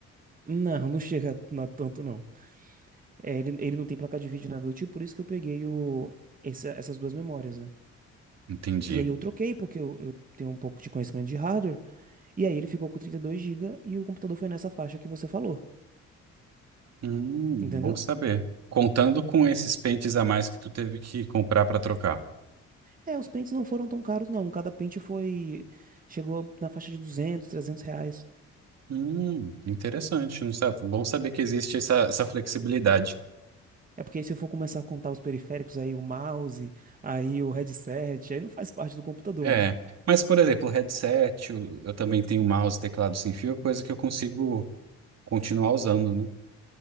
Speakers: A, on the right; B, on the right.
A: não, não chega a tanto não. É, ele, ele não tem placa de vídeo nada do tipo, por isso que eu peguei o, essa- essas duas memórias, né?
B: Entendi.
A: E aí eu troquei, porque eu, eu tenho um pouco de conhecimento de hardware, e aí ele ficou com 32 GB e o computador foi nessa faixa que você falou,
B: Hum,
A: entendeu?
B: bom saber. Contando com esses pentes a mais que tu teve que comprar pra trocar.
A: É, os pentes não foram tão caros, não. Cada pente foi. Chegou na faixa de 200, 300 reais.
B: Hum, interessante, não sabe? Bom saber que existe essa, essa flexibilidade.
A: É porque se eu for começar a contar os periféricos, aí o mouse, aí o headset, aí não faz parte do computador,
B: É,
A: né?
B: mas por exemplo, o headset, o- eu também tenho mouse, teclado sem fio, coisa que eu consigo continuar usando, né?